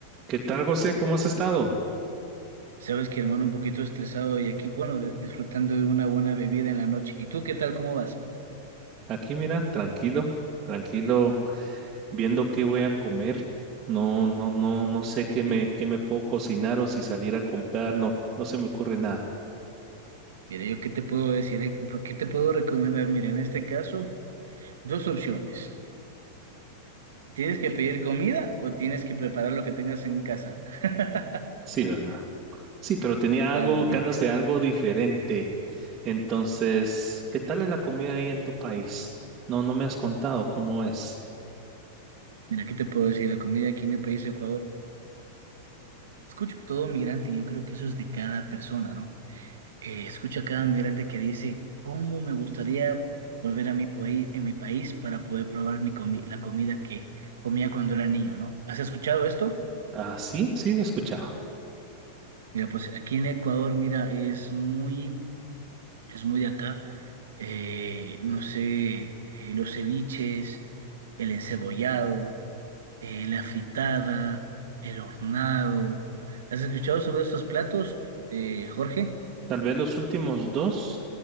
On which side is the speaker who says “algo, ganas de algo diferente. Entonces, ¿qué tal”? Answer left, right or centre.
Right